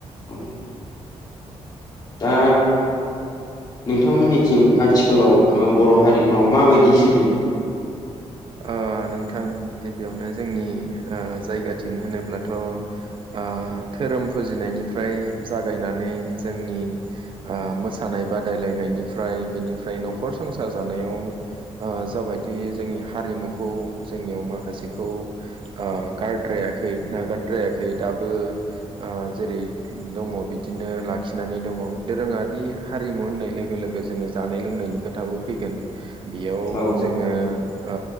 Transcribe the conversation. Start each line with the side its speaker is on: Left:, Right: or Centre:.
Left: औ। दा नोंथांमोननिथिं आथिखालाव ओ बर' हारिफ्राव माबायदि सोलियो
Right: ओ नोंथां गिबियावनो जोंनि जायगाथिं होनोब्लाथ' ओ धोरोम फुजिनायनिफ्राय जागायनानै जोंनि ओ मोसानाय बादायलायनायनिफ्राय बेनिफ्राय न'खर संसार जानायाव जाबायदि जोंनि हारिमुखौ जोंनियाव माखासेखौ ओ गारद्रायाखै नागारद्रायाखै दाबो ओ जेरै दङ बिदिनो लाखिनानै दङ दोरोङारि हारिमु होननाय लोगो लोगो जोङो जानाय लोंनायनि खोथाबो फैगोन बेयाव
Left: औ
Right: जोङो ओ